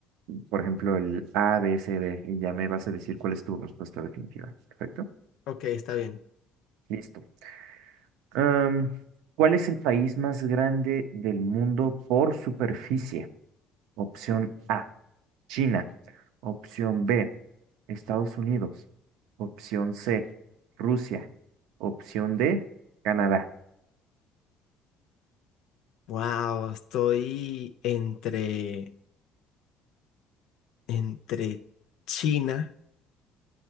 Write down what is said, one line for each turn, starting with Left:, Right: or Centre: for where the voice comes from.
Right: Por ejemplo, el A, B, C, D, y ya me vas a decir cuál es tu respuesta definitiva, ¿perfecto?
Left: Ok, está bien.
Right: Listo. Am, ¿cuál es el país más grande del mundo por superficie? Opción A, China. Opción B, Estados Unidos. Opción C, Rusia. Opción D, Canadá.
Left: Wow, estoy entre, entre China